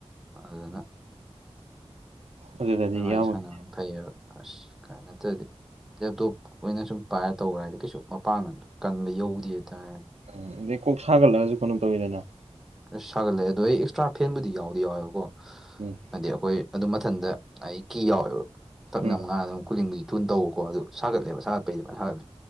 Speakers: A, in the centre; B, on the right.
A: ꯑꯗꯨꯅ
B: ꯑꯗꯨꯗꯗꯤ
A: ꯑꯗꯨꯃꯥꯏꯅ
B: ꯌꯥꯎꯕꯅꯤ
A: ꯁꯥꯟꯅꯕ ꯐꯩꯌꯦꯕ ꯑꯁ ꯀꯃꯥꯏ ꯅꯠꯇ꯭ꯔꯗꯤ ꯂꯦꯞꯇꯣꯞ ꯑꯣꯏꯅ ꯁꯨꯝ ꯄꯥꯏꯔ ꯇꯧ ꯍꯥꯏꯗꯤ ꯀꯩꯁꯨ ꯃꯄꯥꯡꯒꯟꯗ ꯀꯟꯕ ꯌꯧꯗꯦ ꯍꯥꯏꯇꯥꯔꯦꯅꯦ
B: ꯎ ꯑꯗꯩ ꯀꯣꯛ ꯁꯥꯒꯠꯂꯒꯁꯨ ꯀꯩꯅꯣ ꯇꯧꯋꯤꯗꯅ
A: ꯑꯁ ꯁꯥꯒꯠꯂꯛꯑꯦ ꯑꯗꯣ ꯑꯩ ꯑꯦꯛꯁꯇ꯭ꯔꯥ ꯐꯦꯟꯕꯨꯗꯤ ꯌꯥꯎꯗꯤ ꯌꯥꯎꯋꯦꯕꯀꯣ
B: ꯎꯝ
A: ꯍꯥꯏꯗꯤ ꯑꯩꯈꯣꯏ ꯑꯗꯨ ꯃꯊꯟꯗ ꯑꯩ ꯀꯤ ꯌꯥꯎꯋꯦꯕ ꯊꯛꯅꯕꯅꯕꯉꯥꯟꯅ
B: ꯎꯝ
A: ꯑꯗꯨꯝ ꯀꯨꯂꯤꯡꯒ ꯊꯨꯅ ꯇꯧꯕꯀꯣ ꯑꯗꯨ ꯁꯥꯒꯠꯂꯦꯕ ꯁꯥꯒꯠꯄꯩꯗ ꯁꯥꯒꯠꯂꯦ